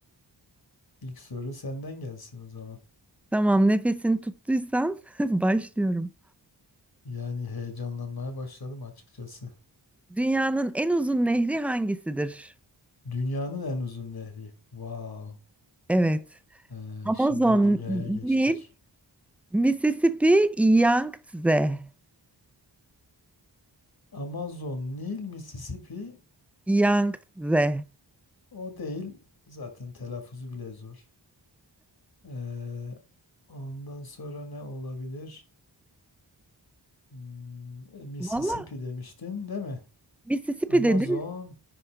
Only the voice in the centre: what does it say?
Tamam, nefesini tuttuysan <laughs> başlıyorum.
Dünyanın en uzun nehri hangisidir?
Evet.
Amazon,
Nil, Mississippi, Yangtze.
Yangtze.
Valla
Mississippi
dedim,